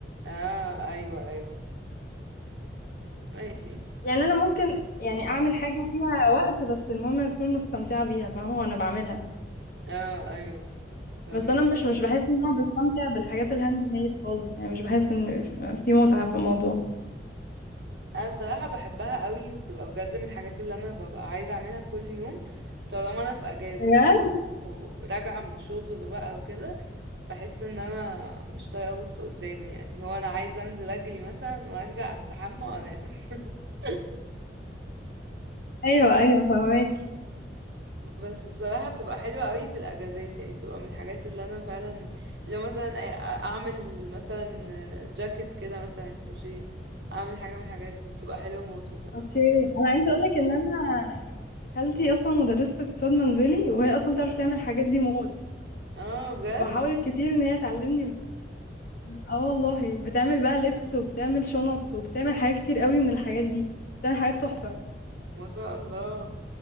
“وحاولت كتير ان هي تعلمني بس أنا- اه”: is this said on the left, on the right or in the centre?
Left